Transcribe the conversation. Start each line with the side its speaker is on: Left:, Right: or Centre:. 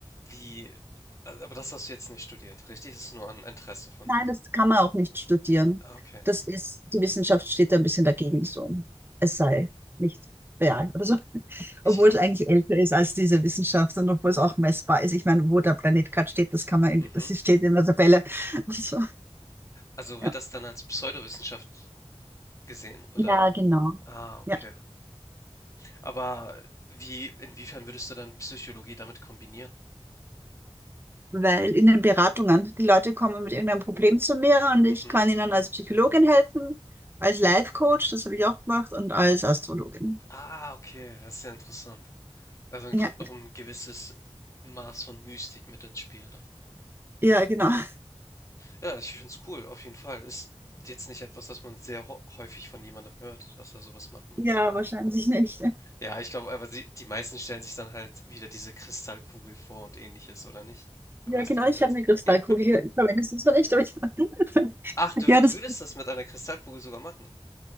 Left: Wie, also, aber das hast du jetzt nicht studiert, richtig? Das ist nur ein Interesse von
Right: Nein,
Left: dir.
Right: das kann man auch nicht studieren.
Left: Ah, Okay,
Right: Das ist, die Wissenschaft steht da ein bisschen dagegen so. Es sei nicht real oder so. <laughs>
Left: ich
Right: Obwohl
Left: glaube,
Right: es eigentlich älter ist als diese Wissenschaft und obwohl es auch messbar ist. Ich meine, wo der Planet gerade steht, das kann man, in-
Left: mhm.
Right: das steht in der Tabelle. <laughs> Also,
Left: Also wird
Right: ja.
Left: das dann als Pseudowissenschaft gesehen, oder?
Right: Ja, genau.
Left: Ah, okay.
Right: Ja,
Left: Aber wie, inwiefern würdest du dann Psychologie damit kombinieren?
Right: weil in den Beratungen, die Leute kommen mit irgendeinem Problem zu mir und ich
Left: Mhm.
Right: kann ihnen als Psychologin helfen, als Life Coach, das habe ich auch gemacht, und als Astrologin.
Left: Ah, okay, das ist sehr interessant. Also dann
Right: Ja,
Left: kommt noch ein gewisses Maß von Mystik mit ins Spiel dann.
Right: ja, genau. <laughs>
Left: Ja, ich finde es cool, auf jeden Fall. Ist jetzt nicht etwas, das man sehr hau- häufig von jemandem hört, dass er sowas machen möchte.
Right: Ja, wahrscheinlich nicht.
Left: Ja, ich glaube, aber die, die meisten stellen sich dann halt wieder diese Kristallkugel vor und ähnliches, oder nicht? Wenn
Right: Ja,
Left: man das
Right: genau,
Left: Ding ersetzt.
Right: ich habe eine Kristallkugel.
Left: <laughs> Ja.
Right: Ich verwende sie zwar nicht, aber ich <laughs>
Left: Ach, du, wür-
Right: Ja,
Left: du
Right: das
Left: würdest das mit einer Kristallkugel sogar machen.